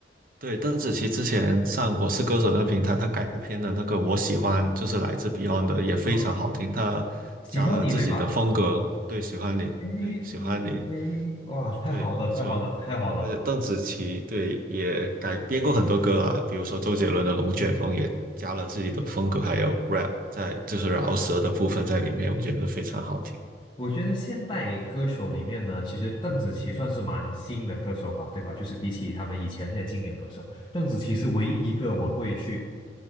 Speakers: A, on the right; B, on the left.
A: 对，邓紫棋之前上《我是歌手》那个平台，她改编的那个《我喜欢》就是来自 Beyond 的，也非常好听，
B: 哦，
A: 她加了自己的风格。
B: 喜欢你对吧？
A: 对，喜欢你，
B: 微风微哇，
A: 对，喜欢你，
B: 太好了，
A: 对，没错。
B: 太好了，太好了！
A: 而且邓紫棋对也改编过很多歌啦，比如说周杰伦的《龙卷风》也加了自己的风格，还有 rap 在就是饶舌的部分在里面，我觉得非常好听。
B: 对我觉得现代歌手里面呢，其实邓紫棋算是蛮新的歌手吧，对吧？就是比起他们以前这些经典歌手，邓紫棋是唯一一个我会去